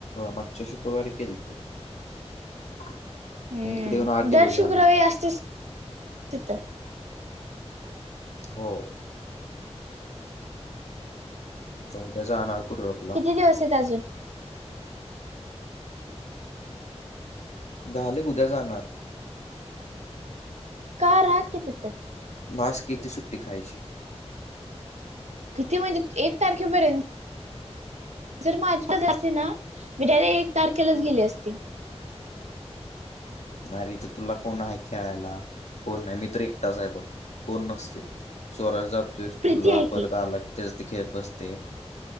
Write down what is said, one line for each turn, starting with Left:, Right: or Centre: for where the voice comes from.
Left: मागच्या शुक्रवारी केलतो. <unintelligible>
Right: हं.
Left: येऊन आठ दिवस
Right: दर
Left: झाले.
Right: शुक्रवारी असतयच तिथ.
Left: हो. तो आता उद्या जाणार कुठं आपला?
Right: किती दिवस आहेत अजून
Left: झाल उद्या जाणार.
Right: का? राहा की तिथ.
Left: बास किती सुट्टी खायची?
Right: किती म्हणजे? एक तारखेपर्यंत. जर माजीपण असते ना, मी डायरेक्ट एक तारखेलाच गेली असते.
Left: नाही रे इथे तुला कोण आहे खेळायला? कोण नाही. मी तर एकटाच आहे बघ. कोण नसतेय. स्वराज जातोय स्कूलला
Right: प्रीती आहे
Left: परत आला की- तेच ते खेळत बसते.